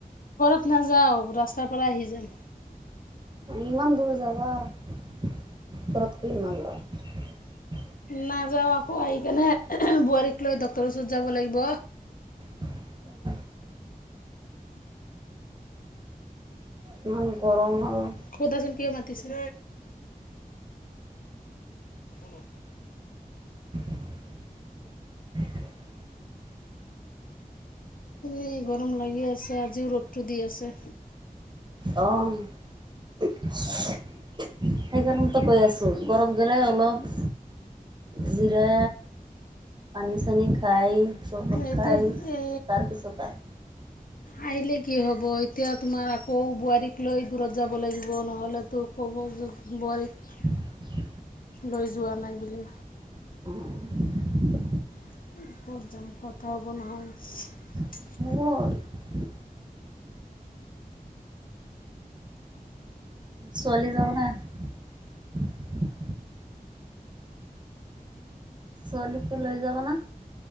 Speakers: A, on the left; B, on the right.
A: নাযাও ৰাস্তাৰ পৰা আহি যাম।
B: ইমান দূৰ যাবা ঘৰতকৈ ইমান যাবা।
A: নাযাও আকৌ আহি কেনেে বোৱাৰীক লৈ ড্টৰৰ ওচৰত যাব লাগিব।
B: অ' ইমান গৰম আৰু।
A: সুধাচোন কিয় মতিছে <inaudible>
B: <inaudible>
A: এ গৰম লাগি আছে আজিও ৰ'দটো দি আছে
B: অ' সেইকাৰণতেো কৈ আছো গৰম গ'লে অলপ। জৰা পানী চানি খাই। চৰবত
A: এতিয়া
B: খাই
A: এ
B: তাৰপিছত আহ
A: আহিলে কি হ'ব এতিয়া। তোমাৰ আকৌ বোৱাৰীক লৈ দূৰত যাব লাগিব নহ'লেতো ক'ব বোৱাৰীক।
B: <inaudible>
A: লৈ যোৱা নাই বুলি।
B: অ'
A: <inaudible>
B: হ ছোৱালী যোৱা কথা আছিল ছোৱালি প লৈ যাবনা